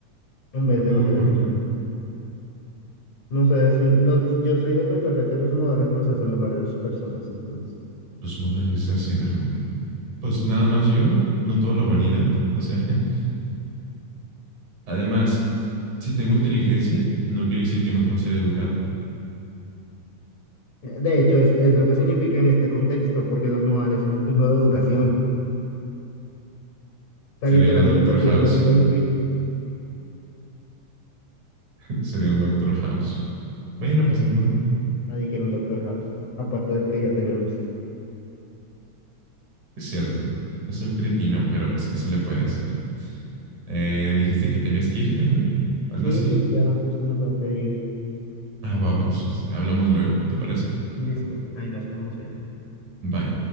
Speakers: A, on the left; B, on the right.
A: en vez
B: Uy,
A: de no tener
B: ¿por
A: modales.
B: qué?
A: No sé, si- los, yo soy defensor de que los modales nos hacen mejores personas, entonces.
B: Los modales hacen al hombre. ¿no? Pues nada más yo, no toda la humanidad. O sea, <laughs> además, si tengo inteligencia, no quiere decir que no pueda ser educado.
A: Eh, De hecho, es, es lo que significa en este contexto, porque los modales son un signo de educación. O sea,
B: Sería
A: literalmente
B: lo Doctor House,
A: sí es lo que significa.
B: <laughs> sería un Doctor House. Bueno,
A: Nadie,
B: pues ni modo.
A: quiere- nadie quiere un Doctor House, aparte del que ya tenemos.
B: Es cierto. Es un cretino, pero pues, ¿qué se le puede hacer? Eh, dijiste que tenías que irte, ¿no? Algo
A: Sí,
B: así.
A: sí, ya justo me tengo que ir.
B: Ah, va, pues, este, hablamos luego, ¿te parece?
A: Listo, ahí nos quedamos bien.
B: Bye.